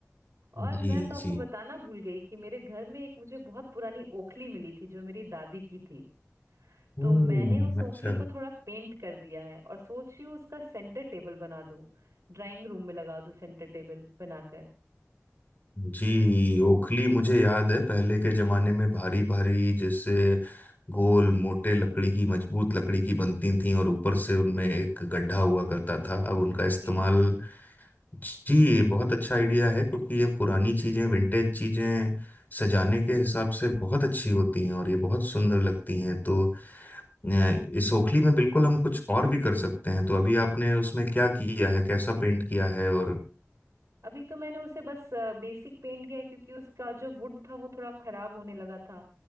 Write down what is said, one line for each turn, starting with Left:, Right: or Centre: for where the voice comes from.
Right: और
Left: जी
Right: मैं तो आपको
Left: जी
Right: बताना भूल गई कि मेरे घर में एक मुझे बहुत पुरानी ओखली मिली थी जो मेरी दादी की थी
Left: हम्म
Right: तो मैंने उस
Left: अच्छा
Right: ओखली को थोड़ा पेंट कर दिया है और सोच रही हूँ उसका सेंटर टेबल बना दूं ड्राइंग रूम में लगा दूं सेंटर टेबल बनाकर
Left: जी ओखली मुझे याद है पहले के जमाने में भारी भारी जैसे गोल मोटे लकड़ी की मजबूत लकड़ी की बनती थी और ऊपर से उनमें एक गड्ढा हुआ करता था अब उनका इस्तेमाल
Right: जी
Left: जी ये बहुत अच्छा आइडिया है क्योंकि ये पुरानी चीजें विंटेज चीजें सजाने के हिसाब से बहुत अच्छी होती हैं और ये बहुत सुंदर लगती हैं तो अ, इस ओखली में बिल्कुल हम कुछ और भी कर सकते हैं तो अभी आपने उसमें क्या किया है कैसा पेंट किया है और
Right: अभी तो मैंने उसे बस बेसिक पेंट किया है, क्योंकि उसका जो वुड था वो थोड़ा खराब होने लगा था